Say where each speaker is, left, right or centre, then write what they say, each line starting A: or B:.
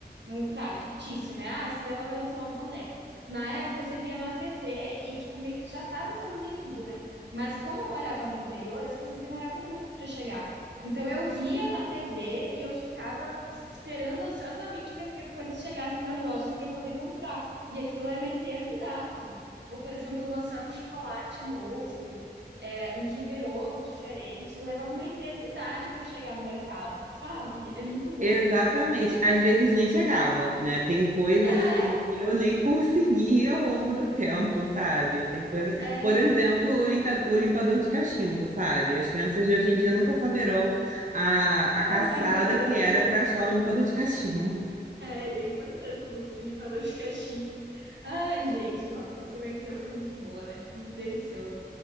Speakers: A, on the right; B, on the right.
A: não, tá, fictício, né? Ah, a Estrela vai lançar uma boneca. Na época você via na TV e, tipo, meio que já estava sendo vendido, né? Mas como eu morava no interior, as coisas demoravam muito para chegar. Então eu via na TV e eu ficava esperando ansiosamente para que as coisas chegassem nas lojas para eu poder comprar. E aquilo era uma eternidade. Ou, por exemplo, lançava um chocolate novo, é, um Kinder Ovo diferente, levava uma eternidade para chegar no mercado, sabe? É muito louco
B: Exatamente.
A: isso.
B: Às vezes nem chegava, né? Tem coisas
A: É,
B: assim que eu nem consegui ao longo do tempo, sabe? Tem coisa,
A: é,
B: por exemplo, o, linca- o limpador de cachimbo, sabe? As crianças de hoje em dia nunca saberão a,
A: não,
B: a caçada
A: a importância.
B: que era para achar o limpador de cachimbo.
A: É, a importância do, do limpador de cachimbo. Ai, gente, nossa, mas foi uma infância muito boa, né? Muito delicioso.